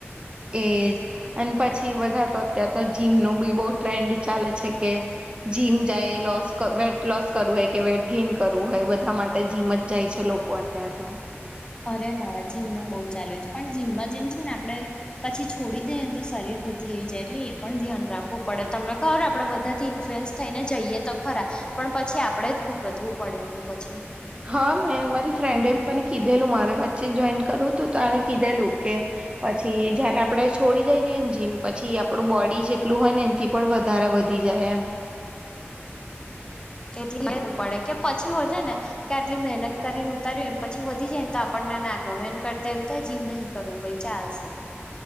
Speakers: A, on the right (about 25°); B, on the left (about 20°).
A: એ અને પછી બધા તો અત્યારે તો જીમનું બી બહ ટ્રેન્ડ ચાલે છે કે જીમ જાય લોસ વેટ લોસ કરવું હોય કે વેટ ગેઇન કરવું હોય બધા માટે જીમ જ જાય છે લોકો અત્યાર તો.
B: અરે હા જીમ નો બહુ ચાલુ છે પણ જીમમાં જેમ છે ને આપડે પછી છોડી દે ને તો શરીર વધીઈ જાય એટલે એ પણ ધ્યાન રાખવું પડે તમને ખબર આપે બધા થી ઇન્ફ્લુઅન્સ થઈને જઈએ તો ખરા પણ પછી આપણેે જ ભૂકતવું પડે એનું પછી.
A: હા મેં મારી ફ્રેન્ડે મ કીધેલું મારા વચ્ચે જોઈન કરવુ તુ તને કીધેલુંકે પછી જયારે આપડે છોડી દઈઈએ ને જીમ પછી આપડું બોડી જેટલું હોય ને થી પણ વધારે વધી જાય એમ.
B: એટલે લેવું પડે કે પછી વધે ને કે આટલી મહેનત કરીને ઉતારીને પછી વધી જાયને તો આપણનેને આગમન કરતા એવું થાય જીમ નહીં કરવું ભાઈ. ચાલસે.